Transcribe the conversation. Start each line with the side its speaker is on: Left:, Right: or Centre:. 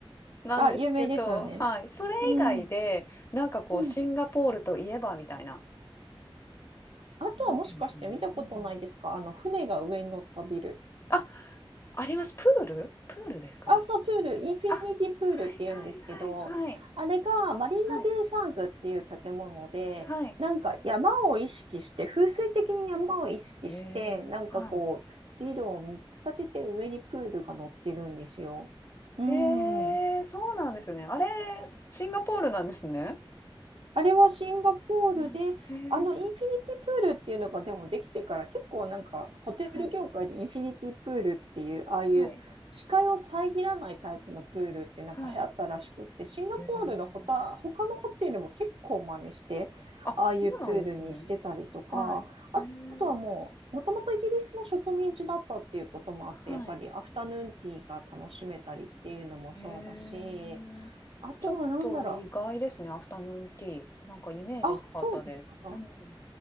Left: なんですけど、
Right: あ、有名ですよね。
Left: はい。それ以外で、
Right: うん。
Left: なんかこう、
Right: うん。
Left: シンガポールといえばみたいな。
Right: あとはもしかして見たことないですかあの、
Left: なんていうんですかね。うん。
Right: 船が上に乗ったビル。
Left: あ、あります。プールプールですかあ、
Right: あ、そう、プール、インフィニティプールって言うんですけど、
Left: はいはいはいはい。
Right: あれがマリーナベイサンズっていう建物で、
Left: はい、はい。
Right: なんか山を意識して、風水的に山を意識して、
Left: へえ、
Right: なんかこう、
Left: はい。
Right: ビルを3つ建てて上にプールが乗ってるんですよ。うん。
Left: へえ、そうなんですね。あれ、シンガポールなんですね。
Right: あれはシンガポールで、
Left: うん、へえ、
Right: あのインフィニティプールっていうのがでもできてから結構なんかホテル業界でインフィニティプールっていうああいう視界を遮らないタイプのプールってなんか流行ったらしくってシンガポールのほた他のホテルも結構真似してああいうプールにしてたりとかああとはもうもともとイギリスの植民地だったっていうこともあってやっぱりアフタヌーンティーが楽しめたりっていうのもそうだし
Left: はいはいはい。へえ。あ、そうなんですね。はい。へえ、はい。へえ。
Right: あとはなんだろ
Left: ちょっと意外ですね、アフタヌーンティー。なんかイメージなかったです。
Right: うあそうですか
Left: うん。